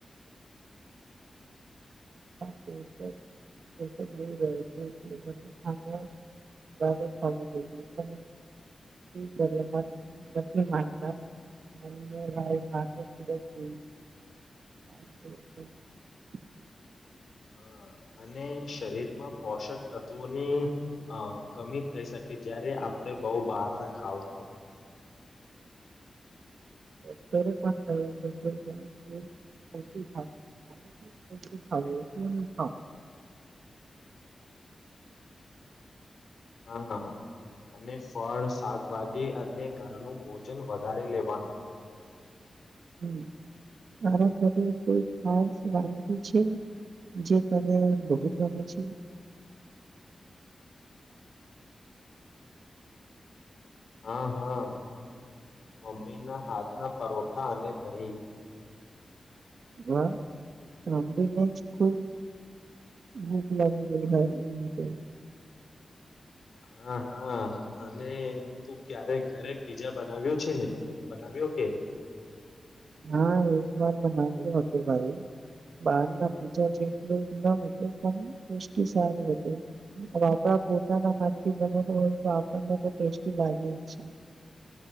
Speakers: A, on the right (about 80°); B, on the left (about 75°).
A: <inaudible> <unintelligible> પો પોષ રહે છે એટ ખા ત તો ખઈ શ કર મ ની નતા ભાઈ ભાર ખધ હા બ
B: હા, અને શરીરમાં પોષક તત્વોની અ કમી થઈ શકે જય્યારે આપણે આપ બહુ બહાર નાને ખાવ તોું
A: ડોકરે પણ ક છે કે ીી ભ એ ખાાવ
B: <unintelligible> <inaudible> હા હા હા અને ફળ શાકભાજી અને ઘરનું ભોજન વધારે લેવાનું <unintelligible> <inaudible>
A: હમ મારા ઘરે કોઈ ખાસ વાગી છે જે તલે બહુત ભ છ
B: <unintelligible> <inaudible> હા હા મમ્મીના હાથના પરોઠા અને દહીં
A: વા સાંભળીને જ ખુબ ભૂખ લાગી ગઈ ભાઈ એ તો
B: હા હા અને તું ક્યારેક ઘરે પીજા બનાવ્યો છે ને આ કેવુ કે
A: હા એક વાર બનાવીએ વપુભાઈ બાર ના પીજા જેટલ ના <unintelligible> પોતાના હાથથી બનેલુ હોય તો આપણને તો ટેસ્ટી લાગે છે.